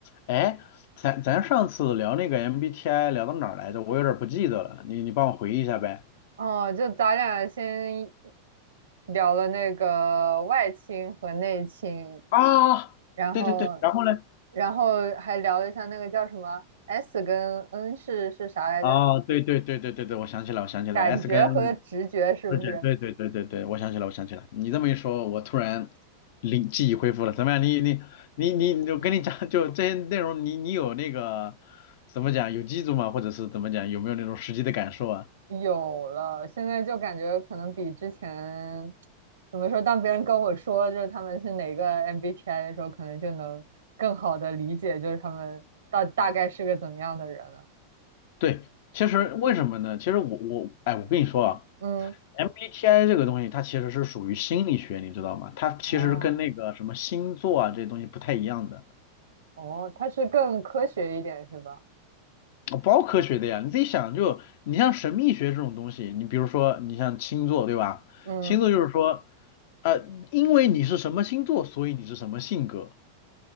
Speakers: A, on the left; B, on the right.
A: 哎，咱咱上次聊那个 MBTI 聊到哪儿来着？我有点儿不记得了，你你帮我回忆一下呗。
B: 哦，就咱俩先聊了那个外倾和内倾，
A: 啊，
B: 然后，
A: 对对对，然后呢？
B: 然后还聊了一下那个叫什么 S 跟 N 是是啥来着？
A: 啊，对对对对对对，我想起来，我想起来，S
B: 感觉和直觉是不是
A: 跟 R 姐，对对对对对，我想起来，我想起来。你这么一说，我突然灵记忆恢复了。怎么样？你你你你，我跟你讲，就这些内容，你你有那个怎么讲，有记住吗？或者是怎么讲，有没有那种实际的感受啊？
B: 有了？现在就感觉可能比之前怎么说，当别人跟我说就是他们是哪个 MBTI 的时候，可能就能更好的理解就是他们到大概是个怎么样的人了。
A: 对，其实为什么呢？其实我我哎，我跟你说啊。
B: 嗯，
A: MBTI 这个东西，它其实是属于心理学，你知道吗？它其实跟那个什么星座啊这些东西不太一样的，
B: 哦。哦，它是更科学一点是吧？
A: 啊包科学的呀。你自己想就，你像神秘学这种东西，你比如说你像星座对吧？
B: 嗯，
A: 星座就是说，呃，因为你是什么星座，所以你是什么性格。